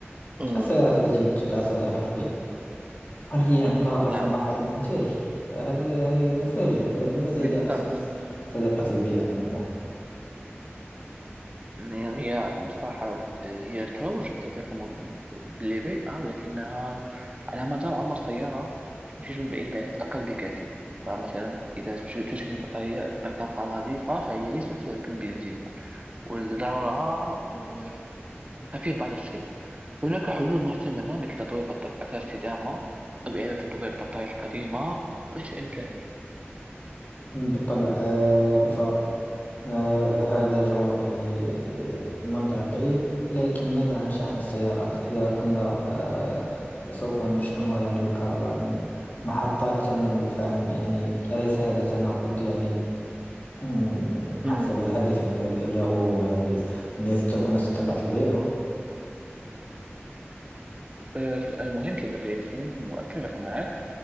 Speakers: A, on the right; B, on the left.
A: مم.
B: السيارات التي تدعى صديقة البيئة هل هي يعني ضارة في
A: نعم
B: مرحلة الإنتاج؟ فهذا يعني مفاجئ فلماذا
A: بالضبط
B: هي أصلا صديقة البيئة من الأول؟
A: يعني هي بصراحة آه، هي تروج بصديقة للبيئة ولكنها على مدار عمر السيارة تنتج بإنبعاثات أقل بكثير فمثلا إذا ت- تشحن البطارية بطاقة نظيفة فهي ليست كالبنزين والضررها آه، خفيف بعض الشيء هناك حلول محتملة مثل تطوير بطارية أكثر استدامة أو إعادة تطوير البطارية القديمة وأشياء مثل هذه
B: بالطبع آه، آه هذا جواب يعني منطقي لكن ماذا عن شحن السيارات إذا كنا آه سوف نشحنها يعني بالكهرباء من محطات تعمل بالفحم يعني أليس هذا تناقض يعني <clears throat> مم، حسب
A: أمم.
B: الهدف يعني اللي هو يعني أن تكون صديقة البيئة
A: آه، سؤال مهم صديقي ياسين وأتفق معك